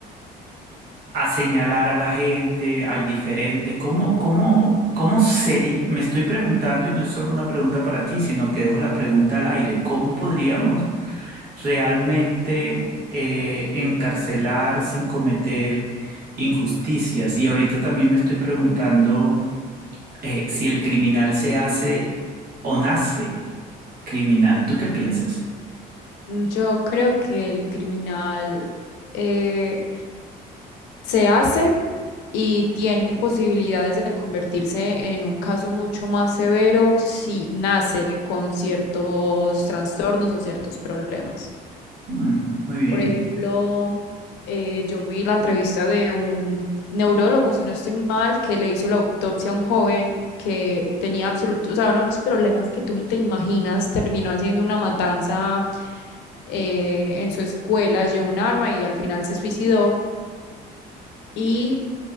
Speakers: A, on the right; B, on the left.
A: a señalar a la gente, al diferente. ¿Cómo, cómo, cómo sería? Me estoy preguntando, y no es solo una pregunta para ti, sino que dejo la pregunta al aire. ¿Cómo podríamos realmente eh, encarcelar sin cometer injusticias? Y ahorita también me estoy preguntando eh, si el criminal se hace o nace criminal. ¿Tú qué piensas?
B: Mm, Yo creo que el criminal eh, se hace y tiene posibilidades de convertirse en un caso mucho más severo si nace con ciertos trastornos o ciertos problemas.
A: Mm, muy bien.
B: Por ejemplo, eh, yo vi la entrevista de un neurólogo, si no estoy mal, que le hizo la autopsia a un joven que tenía absolutos, o sea, unos problemas que tú ni te imaginas. Terminó haciendo una matanza eh, en su escuela, llevó un arma y al final se suicidó. Y